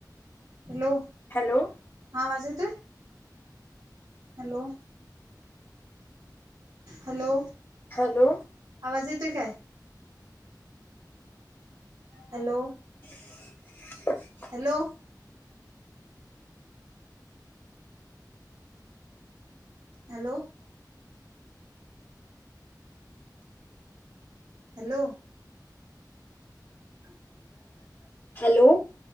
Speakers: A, on the right; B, on the left.
A: hello
B: hello
A: हा वाज येतोय हॅलो हॅलो
B: हॅलो
A: आवाज येते काय हॅलो
B: <inaudible>
A: हॅलो हॅलो हॅलो अ
B: हॅलो